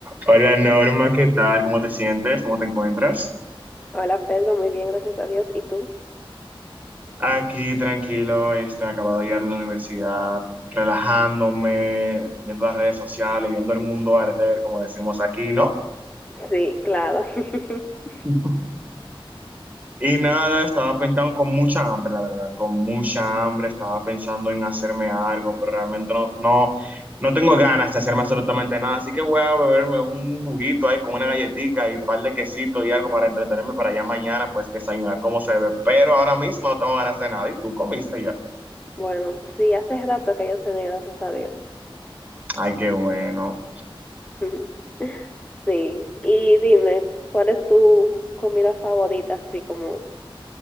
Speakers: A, on the right; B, on the left.
A: Hola Norma, ¿qué tal? ¿Cómo te sientes? ¿Cómo te encuentras?
B: Hola Pedro, muy bien, gracias a Dios. ¿Y tú?
A: Aquí tranquilo, este, acabado de ir a la universidad, relajándome, viendo las redes sociales, viendo el mundo arder, como decimos aquí, ¿no?
B: Sí, claro. <laughs>
A: <laughs> Y nada, estaba pensando con mucha hambre, la verdad, con mucha hambre, estaba pensando en hacerme algo, pero realmente no, no, no tengo ganas de hacerme absolutamente nada, así que voy a beberme un juguito ahí con una galletita y un par de quesitos y algo para entretenerme para ya mañana, pues desayunar como se debe, pero ahora mismo no tengo ganas de nada, y tú comiste ya.
B: Bueno, sí, hace rato que yo cené, gracias a Dios.
A: Ay, qué bueno.
B: <laughs> Sí, y dime, ¿cuál es tu comida favorita? Así como